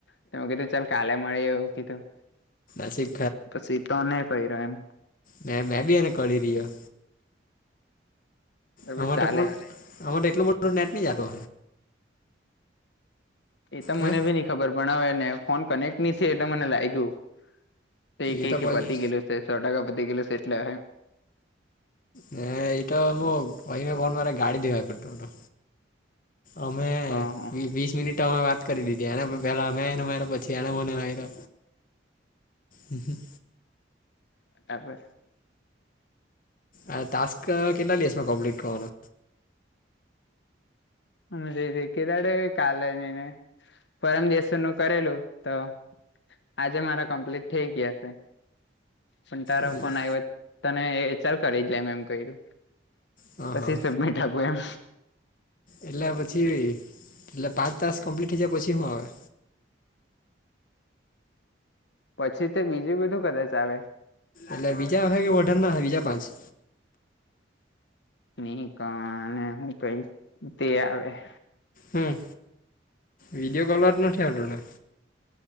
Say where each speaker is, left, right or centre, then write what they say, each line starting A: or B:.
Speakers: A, on the left; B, on the left.
A: તો મે કીધું ચલ કાલે મળીએ એવું કીધું.
B: નસીબ
A: પછી તને કયરા એમ?
B: મે-મેં બી એને કરી રહ્યો.
A: એ
B: આમા
A: ચાલે
B: તો પણ, આમા તો એટલો બધો નેટ ની જાતો.
A: એ તો મને
B: હે
A: ભી નઈ ખબર, પણ હવેને ફોન કનેક્ટ નહી થયે એટલે મને લાયગું. તે ક્યે
B: એ તો
A: કે
B: પછી
A: પતી ગયેલું સે, ટકા પતી ગયેલું સે એટલે.
B: ને ઈ તો અમુક <unintelligible> ગાડી દેવા કરતો તો. અમે
A: હા હા
B: વી વીસ મિનિટ અમે વાત કરી લીધી, એને પ પેલા મેં ને મેં ને પછી એને મને માયરો. હમ્મ-હમ્મ.
A: બરાબર.
B: આ ટાસ્ક કેટલા દિવસમાં કમ્પ્લીટ થવાનો?
A: <unintelligible> કાલે નહીં ને, પરમદિવસે એનું કરેલું તો. આજે મારા કમ્પ્લીટ થઇ ગયા સે. પણ તારો
B: એટલે
A: ફોન આયવો, તને ચલ કરી જ લેય મે કયરું.
B: હા
A: પછી
B: હા
A: સબમીટ આપું એમ.
B: એટલે પછી, એટલે પાંચ તાસ્ક કમ્પ્લીટ થઈ જાય પછી હું આવે?
A: પછી તો બીજું બધું કદાચ આવે.
B: એટલે બીજા <unintelligible> ના બીજા પાંચ.
A: નહીં કા આને હું કેઈ તે આવે.
B: હમ્મ. વિડીયો કોલ જ નથી આવતું ને?